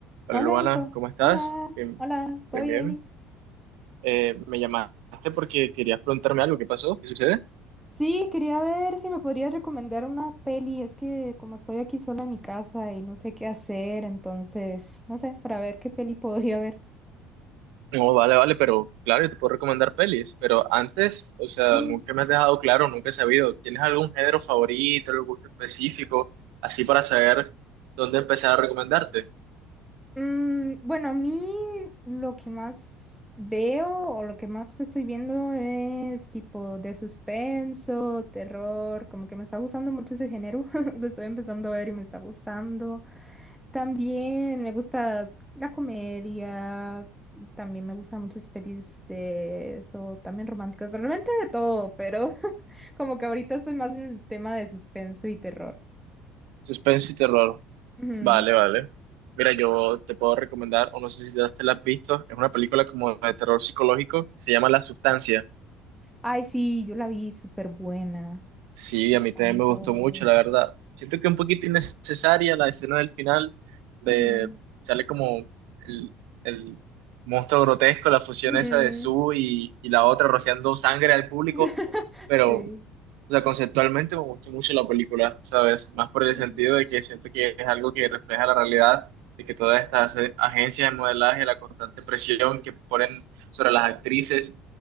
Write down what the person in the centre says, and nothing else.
Hola
Nico,
hola,
hola, ¿todo
bien?
Sí, quería ver si me podrías recomendar una peli, es que como estoy aquí sola en mi casa y no sé qué hacer, entonces, no sé, para ver qué peli <laughs> podría ver.
Mm,
mm, bueno, a mí lo que más veo o lo que más estoy viendo es tipo de suspenso, terror, como que me está gustando mucho ese género, <laughs> lo estoy empezando a ver y me está gustando. También me gusta la comedia, también me gustan muchas pelis de eso, también románticas, realmente de todo, pero <laughs> como que ahorita estoy más en el tema de suspenso y terror.
Ujú.
Ay, sí, yo la vi súper buena,
me
encantó.
Ujú,
ujú.
<laughs>
Sí.
Ujú,